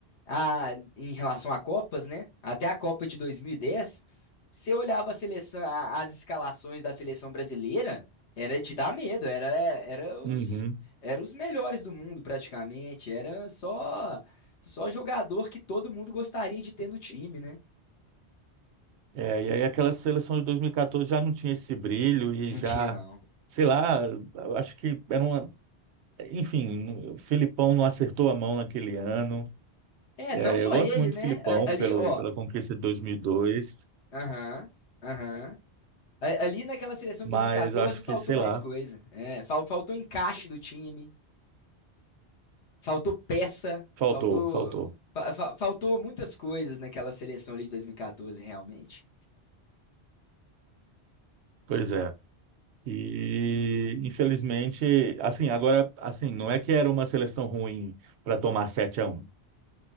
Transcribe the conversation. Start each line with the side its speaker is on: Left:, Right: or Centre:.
Left: a, em relação a Copas, né? Até a Copa de 2010, você olhava a seleção, a- as escalações da seleção brasileira, era de dar medo, era, era os,
Right: Uhum.
Left: era os melhores do mundo praticamente, era só. Só jogador que todo mundo gostaria de ter no time, né?
Right: É, e aí aquela seleção de 2014 já não tinha esse brilho e
Left: Não
Right: já,
Left: tinha, não.
Right: sei lá, eu acho que era uma, enfim, o Filipão não acertou a mão naquele ano.
Left: É,
Right: É,
Left: não só
Right: eu gosto
Left: ele,
Right: muito
Left: né?
Right: do Filipão
Left: A- Ali,
Right: pelo,
Left: ó.
Right: pela conquista de dois mil e dois
Left: Aham, aham. A- Ali naquela seleção
Right: mas
Left: de 2014
Right: eu acho que,
Left: faltou
Right: sei
Left: mais
Right: lá,
Left: coisa. É, fal- faltou encaixe do time, faltou peça,
Right: faltou,
Left: faltou.
Right: faltou.
Left: fa- fa- faltou muitas coisas naquela seleção ali de 2014, realmente.
Right: Pois é. E infelizmente, assim, agora, assim, não é que era uma seleção ruim para tomar sete a um